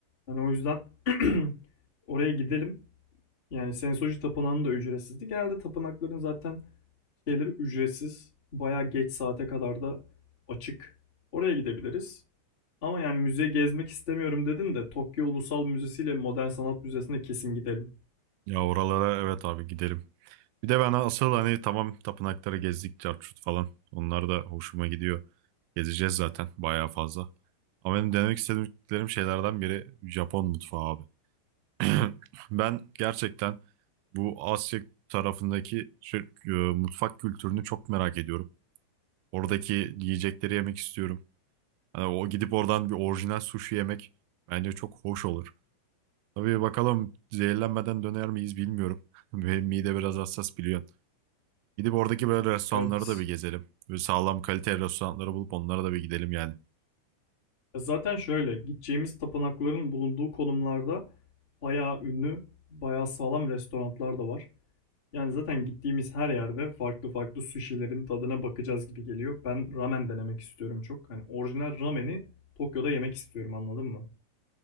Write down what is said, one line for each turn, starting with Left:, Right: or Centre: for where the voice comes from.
Left: Hani o yüzden <clears throat> <laughs> oraya gidelim. Yani Sensoji Tapınağı'nın da ücretsizdi. Genelde tapınakların zaten şeyleri ücretsiz. Bayağı geç saate kadar da açık. Oraya gidebiliriz. Ama yani müze gezmek istemiyorum dedin de Tokyo Ulusal Müzesi ile Modern Sanat Müzesi'ne kesin gidelim.
Right: Ya oralara evet abi gidelim. Bir de ben asıl hani tamam tapınakları gezdik çarçurt falan. Onlar da hoşuma gidiyor. Gezeceğiz zaten bayağı fazla. Ama benim denemek istediklerim şeylerden biri Japon mutfağı abi. <clears throat> Ben gerçekten bu Asya tarafındaki şey, e, mutfak kültürünü çok merak ediyorum. Oradaki yiyecekleri yemek istiyorum. Hani o gidip oradan bir orijinal sushi yemek bence çok hoş olur. Tabii bakalım zehirlenmeden döner miyiz bilmiyorum. <laughs> Benim mide biraz hassas biliyorsun. Gidip oradaki böyle restoranları
Left: Evet.
Right: da bir gezelim. Böyle sağlam kalite restoranları bulup onlara da bir gidelim yani.
Left: Zaten şöyle gideceğimiz tapınakların bulunduğu konumlarda bayağı ünlü, bayağı sağlam restoranlar da var. Yani zaten gittiğimiz her yerde farklı farklı sushi'lerin tadına bakacağız gibi geliyor. Ben ramen denemek istiyorum çok. Hani orijinal rameni Tokyo'da yemek istiyorum anladın mı?